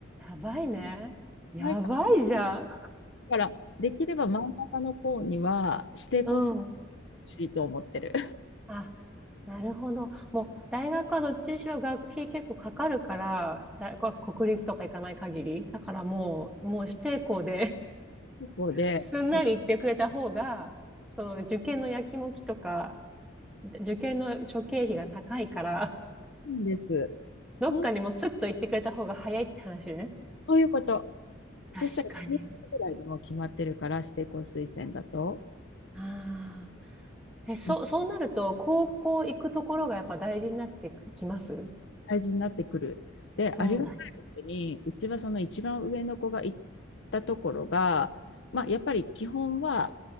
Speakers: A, in the centre; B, on the left.
A: やばいね。やばいじゃん。
B: 前からできれば真ん中の方には指定校する
A: うん。
B: しいと思ってる。
A: あなるほど。もう、大学はどっちにしろ学費結構かかるから、大学は国立とか行かない限り。だからもう、もう指定校で
B: <laughs> そこで、
A: <laughs> すんなり行ってくれた方が、
B: そ
A: その受験のやきもきとか、受験の諸経費が高いから、
B: うです。
A: <laughs> どっかにもうスッと行ってくれた方が早いって話ね。
B: 本当いうこと。そしたら10月ぐらいでもう決まってるから、
A: 確かに。
B: 指定校推薦だと、
A: ああ。え、そう、
B: もう
A: そうなると、高校行くところがやっぱ大事になってきます
B: 大事になってくる。で、
A: そうだね。
B: ありがたいことに、うちはその一番上の子が行ったところが、まあ、やっぱり基本は